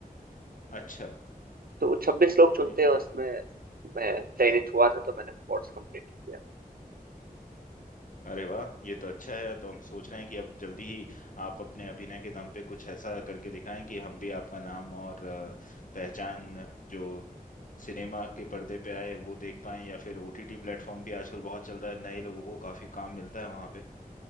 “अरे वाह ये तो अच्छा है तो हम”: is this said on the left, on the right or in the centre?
Left